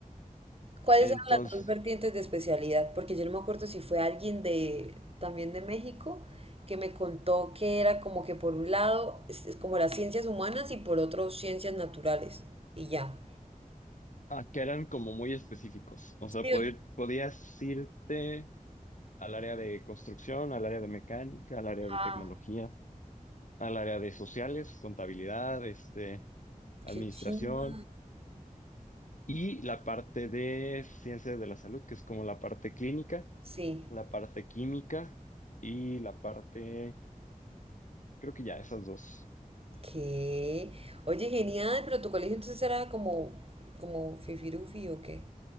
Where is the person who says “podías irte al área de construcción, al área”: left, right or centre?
Left